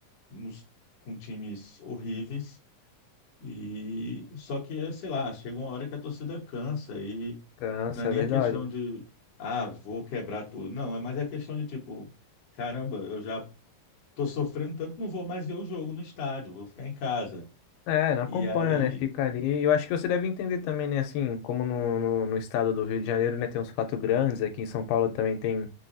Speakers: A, on the left (about 60°); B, on the left (about 80°).
A: nos, com times horríveis. E só que, sei lá, chega uma hora que a torcida cansa e
B: Cansa,
A: não é nem
B: é verdade.
A: a questão de, ah, vou quebrar tudo. Não, é mais a questão de tipo, caramba, eu já tô sofrendo tanto, não vou mais ver o jogo no estádio, vou ficar em casa.
B: É, não
A: E
B: acompanha,
A: aí
B: né? Fica ali. Eu acho que você deve entender também, né? Assim, como no, no, no estado do Rio de Janeiro, né? Tem uns quatro grandes. Aqui em São Paulo também tem,